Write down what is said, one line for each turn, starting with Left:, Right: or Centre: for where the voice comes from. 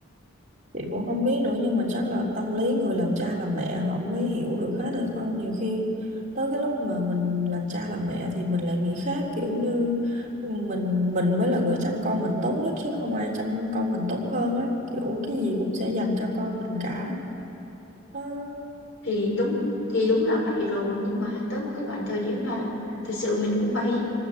Right: chị cũng không biết nữa nhưng mà chắc là tâm lý người làm cha làm mẹ họ mới hiểu được hết thôi con nhiều khi tới cái lúc mà mình làm cha làm mẹ thì mình lại nghĩ khác kiểu như ừ, mình mình mới là người chăm con mình tốt nhất chứ không ai chăm con mình tốt hơn á kiểu cái gì cũng sẽ dành cho con mình cả Nó-
Left: thì đúng thì đúng là vậy rồi nhưng mà tới một cái đoạn thời điểm là thật sự mình cũng phải